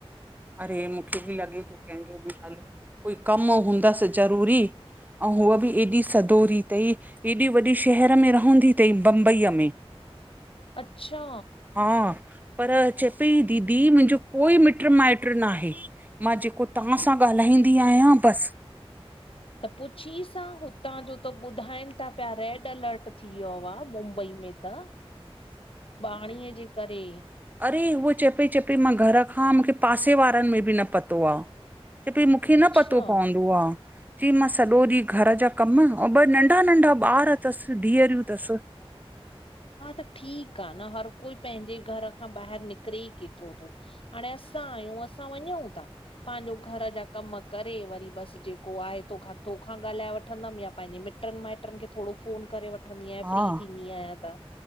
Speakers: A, on the right; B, on the left.
A: अरे, मूंखे बि लॻे त कंहिंजो बि हल कोई कमु हूंदसि ज़रूरी आऊं हूअ बि एॾी सदोरी तई एॾे वॾे शहर में रहंदी तई बंबईअ में
B: अच्छा।
A: हा, पर चए पई, दीदी मुंहिंजो कोई मिट्र माइटु ट्र न आहे, मां जेको तव्हां सां ॻाल्हाईंदी आयां, बस
B: त पुछीसा आं हुतां जो त ॿुधाइनि था पिया रेड अलर्ट थी वियो आहे मुंबई में त पाणीअ जे करे।
A: अड़े, उअ चए पई, चए पई मां घर खां मूंखे पासे वारनि में बि न पतो आहे। चए पी, मूंखे न
B: अच्छा
A: पतो पोंदो आ। चईं, मां सॼो ॾींहु घर जा कमु अऊं ॿ नंढा नंढा ॿार तस, धीअरियूं तस।
B: हा, त ठीकु आ न, हर कोई पंहिंजे घर खां ॿाहिर निकिरे ई केतिरो थो। हाणे असां आयूं, असां वञऊं था। पांजो घर जा कमु करे, वरी बसि जेको आहे तोख तोखा ॻाल्हाए वठंदमि या पंहिंजे मिट ट्रनि माइटनि खे थोरो फ़ोन करे वठंदी आहियां
A: हा
B: फ्री थींदी आहियां त।